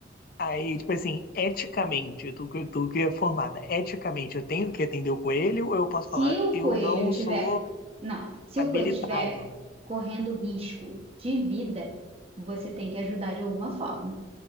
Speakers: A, on the left (about 50°); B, on the right (about 30°).
A: aí, tipo assim, eticamente, tu, que- tu que é formada, eticamente, eu tenho que atender o coelho ou eu posso
B: Se
A: falar,
B: o
A: eu
B: coelho
A: não
B: tiver,
A: sou
B: não, se
A: habilitado?
B: o coelho tiver correndo risco de vida, você tem que ajudar de alguma forma.